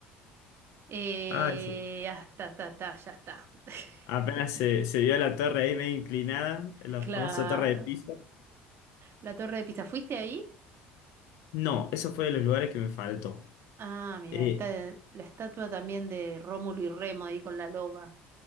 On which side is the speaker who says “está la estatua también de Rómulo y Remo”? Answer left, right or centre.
Right